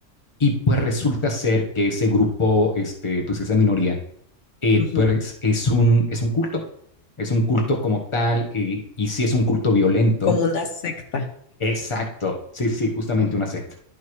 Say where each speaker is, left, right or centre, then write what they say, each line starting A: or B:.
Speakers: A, on the left (about 25°); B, on the left (about 70°).
A: Y pues resulta ser que ese grupo, este, pues, esa minoría, eh,
B: ujú.
A: pues es un, es un culto, es un culto como tal, eh, y si es un culto violento,
B: Como una secta.
A: exacto, sí, sí, sí, justamente una secta.